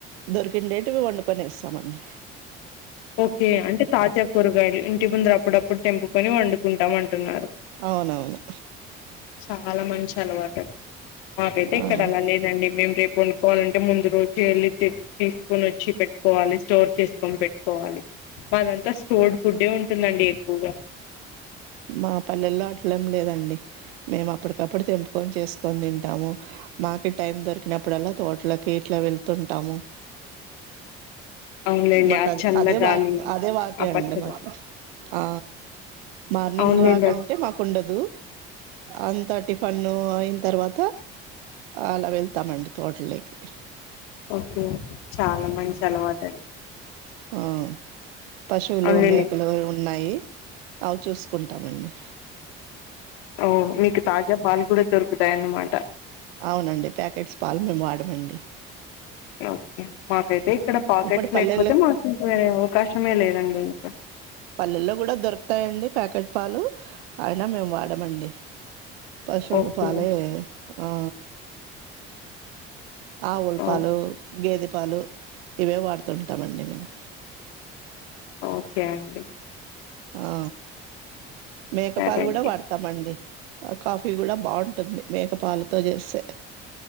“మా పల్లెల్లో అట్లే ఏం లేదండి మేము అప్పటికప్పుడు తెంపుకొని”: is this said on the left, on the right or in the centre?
Right